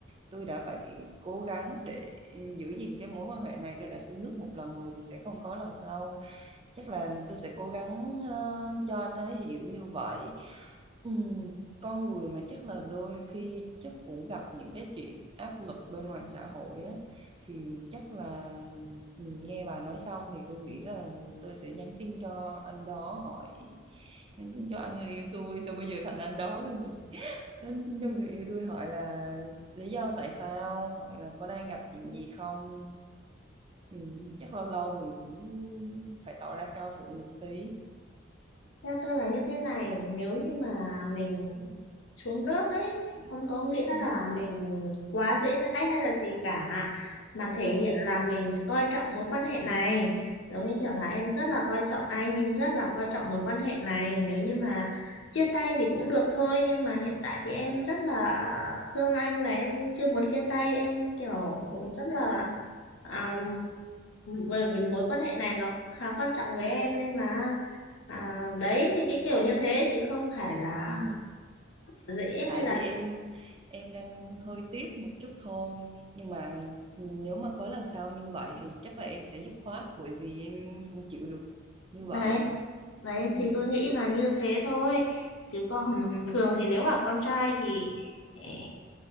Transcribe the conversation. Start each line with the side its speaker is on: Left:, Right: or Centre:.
Right: tôi đã phải cố gắng để giữ gìn cái mối quan hệ này tôi đã xuống nước một lần rồi thì sẽ không có lần sau chắc là tôi sẽ cố gắng ờ, cho anh ấy hiểu như vậy Ừ, con người mà chắc là đôi khi chắc cũng gặp những cái chuyện áp lực bên ngoài xã hội á thì chắc là ừ, nghe bà nói xong thì tôi nghĩ là tôi sẽ nhắn tin cho anh đó hỏi nhắn tin cho anh người yêu tôi sao bây giờ thành anh đó rồi nè nhắn tin cho người yêu tôi hỏi là lý do tại sao hỏi là có đang gặp chuyện gì không ừ, chắc lâu lâu mình cũng phải tỏ ra cao thượng một tí
Left: Theo tôi là như thế này, nếu như mà mình xuống nước ấy thì không có nghĩa
Right: ừ,
Left: là mình quá dễ dãi hay là gì cả, mà
Right: đúng
Left: thể hiện
Right: rồi
Left: là mình coi trọng mối quan hệ này. Giống như kiểu
Right: ừ.
Left: là em rất là coi trọng anh, em rất là coi trọng mối quan hệ này. Nếu như mà chia tay thì cũng được thôi, nhưng mà hiện tại thì em rất là thương anh và em chưa muốn chia tay, em kiểu rất là À, bởi vì mối quan hệ này nó khá quan trọng với em nên là À, đấy thì cái kiểu như thế thì không phải là
Right: Ừ,
Left: dễ
Right: tại
Left: hay là
Right: vì em em đang hơi tiếc một chút thôi nhưng mà nếu mà có lần sau như vậy thì chắc là em sẽ dứt khoát bởi vì em không chịu được như vậy
Left: đấy đấy
Right: ừ.
Left: thì tôi nghĩ là như thế thôi chứ còn thường thì nếu mà con trai thì ê,